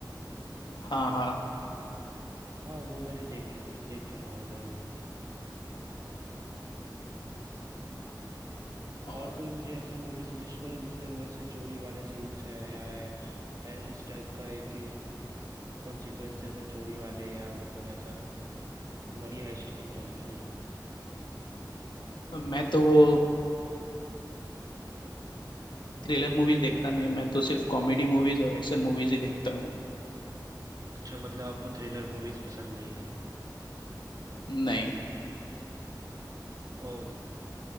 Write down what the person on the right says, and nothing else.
हाँ वो मैंने देख चुकी देख चुका हूँ मैं वो
और कोई मुझे
ऐसी मूवी सजेस्ट करो जिसमें वैसे चोरी वाले सीन्स हैं या ऐ- इस टाइप का एक कॉन्सिक्वेंसेस है चोरी वाले या मतलब ऐसा मनी हाइस्ट की तरह जिसमें हो
अच्छा मतलब आपको थ्रिलर मूवीज पसंद नहीं है
ओह